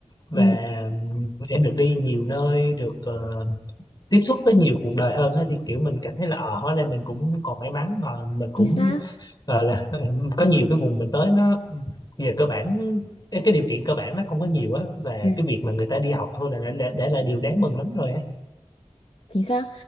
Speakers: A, on the left; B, on the left.
A: và
B: Ừ.
A: em được đi nhiều nơi được ờ, tiếp xúc với nhiều cuộc đời hơn á, thì kiểu mình cảm thấy là ờ hóa ra mình cũng còn may mắn ờ, mình cũng
B: chính xác
A: gọi là <laughs> có nhiều cái vùng mình tới nó về cơ bản cái, cái điều kiện cơ bản nó không có nhiều á và
B: ừ
A: cái việc mà người ta đi học thôi là đã, đã, đã là điều đáng mừng lắm rồi
B: Chính xác.